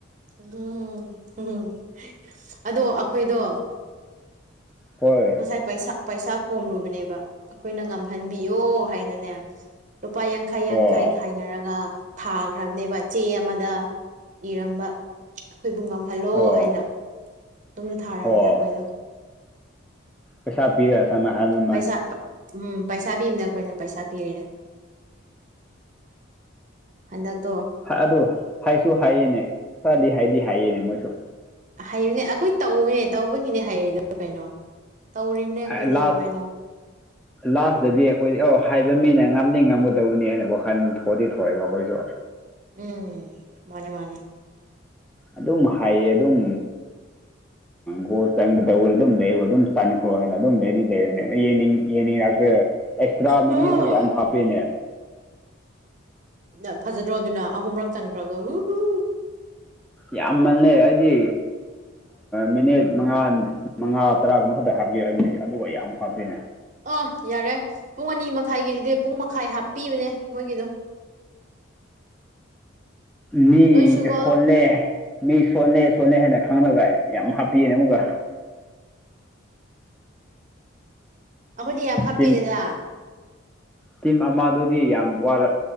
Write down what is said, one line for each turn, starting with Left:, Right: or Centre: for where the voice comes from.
Right: <unintelligible> ꯑꯗꯣ ꯑꯩꯈꯣꯏꯗꯣ
Centre: ꯍꯣꯏ
Right: ꯉꯁꯥꯏꯩꯁ ꯄꯩꯁꯥ ꯈꯣꯝꯔꯨꯕꯅꯦꯕ ꯑꯩꯈꯣꯏꯅ ꯉꯝꯍꯟꯕꯤꯌꯣ ꯍꯥꯏꯅꯅꯦ ꯂꯨꯄꯥ ꯌꯥꯡ ꯌꯥꯡꯈꯩ ꯌꯥꯡꯈꯩ
Centre: ꯑꯣ
Right: ꯈꯥꯏꯅꯔꯒ ꯊꯥꯈ꯭ꯔꯕꯅꯦꯕ ꯆꯦ ꯑꯃꯗ ꯏꯔꯝꯕ ꯑꯩꯈꯣꯏꯕꯨ ꯉꯝꯍꯜꯂꯣ
Centre: ꯑꯣ
Right: ꯍꯥꯏꯅ ꯑꯗꯨꯨꯝꯅ ꯊꯥꯔꯕꯅꯦ
Centre: ꯑꯣ
Right: ꯑꯩꯈꯣꯏꯗꯣ
Centre: ꯄꯩꯁꯥ ꯄꯤꯔꯦ ꯁꯝꯅ ꯍꯥꯟꯂꯨ
Right: ꯄꯩꯁꯥ ꯎꯝ ꯄꯩꯁꯥ ꯄꯤꯕꯅ ꯑꯩꯈꯣꯏꯅ ꯄꯩꯁꯥ ꯄꯤꯔꯤꯅꯦ ꯍꯟꯗꯛꯇꯣ
Centre: ꯎ ꯑꯗꯨ ꯍꯥꯏꯁꯨ ꯍꯥꯏꯌꯦꯅꯦ ꯈꯔꯗꯤ ꯍꯥꯏꯗꯤ ꯍꯥꯏꯌꯦꯅꯦ ꯃꯣꯏꯁꯨ
Right: ꯍꯩꯅꯦ ꯑꯩꯈꯣꯏ ꯇꯧꯕꯅꯦ ꯇꯧꯕꯒꯤꯅꯦ ꯍꯩꯔꯤꯗ ꯀꯩꯅꯣ ꯇꯧꯔꯤꯕꯅꯦ ꯑꯩꯈꯣꯏꯗꯤ
Centre: ꯂꯥꯁ
Right: ꯑꯗꯨꯃꯥꯏꯅ
Centre: ꯂꯥꯁꯇꯗꯤ ꯑꯩꯈꯣꯏꯗꯤ ꯑꯧ ꯍꯥꯏꯕ ꯃꯤꯅ ꯉꯝꯗꯤ ꯉꯝꯒꯗꯧꯕꯅꯤ ꯍꯥꯏꯅ ꯋꯥꯈꯜ ꯊꯣꯛꯑꯗꯤ ꯊꯣꯛꯑꯦꯕ ꯑꯩꯈꯣꯏꯁꯨ
Right: ꯎꯝ ꯃꯥꯅꯦ ꯃꯥꯅꯦ
Centre: ꯑꯗꯨꯝ ꯍꯥꯏꯌꯦ ꯑꯗꯨꯝ ꯒꯣ ꯆꯪꯒ ꯇꯧꯕ ꯑꯗꯨꯝ ꯂꯩꯕ ꯑꯗꯨꯝ ꯆꯟꯈ꯭ꯔꯣꯅ ꯑꯗꯨꯝ ꯂꯩꯗꯤ ꯂꯩꯔꯕꯅꯦ ꯑꯅꯤꯡ ꯌꯦꯡꯅꯤꯡꯉꯛꯇꯣꯏꯔꯥ ꯑꯦꯛꯁꯇ꯭ꯔꯥ ꯃꯅꯤꯁꯨ
Right: ꯍꯣꯏ
Centre: ꯌꯥꯝ ꯍꯥꯞꯄꯦꯅꯦ
Right: ꯅ ꯐꯖꯗ꯭ꯔꯣ ꯑꯗꯨꯅ ꯑꯍꯨꯝꯔꯛ ꯆꯪꯈ꯭ꯔꯒ ꯎ
Centre: ꯌꯥꯝꯃꯜꯂꯦ ꯍꯥꯏꯗꯤ ꯃꯤꯅꯤꯠ ꯃꯉꯥ ꯃꯉꯥ ꯇꯔꯥꯒ ꯃꯈꯗ ꯍꯥꯞꯀꯦ ꯍꯥꯏꯕꯅꯦ ꯑꯗꯨꯒ ꯌꯥꯝꯌꯥꯃꯨꯛ ꯍꯥꯞꯇꯦꯅꯦ
Right: ꯑꯥ ꯌꯥꯔꯦ ꯄꯨꯡ ꯑꯅꯤ ꯃꯈꯥꯏꯒꯤꯗꯨꯗꯤ ꯄꯨꯡ ꯃꯈꯥꯏ ꯍꯥꯞꯄꯤꯕꯅꯦ ꯃꯣꯏꯒꯤꯗꯣ
Centre: ꯃꯤ
Right: ꯅꯣꯏꯁꯨꯀꯣ
Centre: ꯁꯣꯜꯂꯦ ꯃꯤ ꯁꯣꯜꯂꯦ ꯁꯣꯜꯅꯦ ꯍꯥꯏꯅ ꯈꯪꯉꯒ ꯌꯥꯝ ꯍꯥꯞꯄꯤꯌꯦꯅꯦ ꯑꯃꯨꯛꯀ
Right: ꯑꯩꯈꯣꯏꯗꯤ ꯌꯥꯝ ꯍꯥꯞꯄꯤꯔꯦꯗ
Centre: ꯇꯤꯝ ꯇꯤꯝ ꯑꯃꯗꯨꯗꯤ ꯌꯥꯝ ꯋꯔꯥ